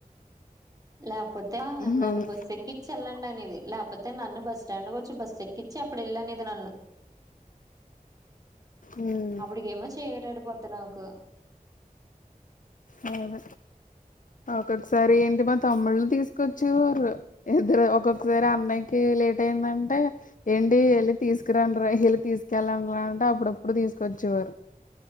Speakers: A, on the right; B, on the left.
A: లేకపో తే
B: మ్మ్
A: నన్ను
B: అవును
A: బస్ ఎక్ చి వేళ్ళండి అనేది లేపోతే నన్ను బస్ స్టాండ్ కొచ్చి బస్ ఎక్కిచ్ అప్పుడు వెళ్ళు అనేది నన్ను
B: ఉమ్
A: అప్పుడికేమో చీకటడిపోద్ది నాకు
B: ఉహ్మ్ ఒక్కొక్కసారి ఏంటి మా తమ్ముళ్ళు తీసుకొచ్చే వోరు ఇద్దరు ఒక్కొక్కసారి అన్నయ్యకి లే ఇదేందంటే ఏండి వెళ్ళి తీసుకురండ్ర వెళ్ళి తీసుకెల్లాండ్రా అంటే అప్పుడప్పుడు తీసుకొచ్చేవారు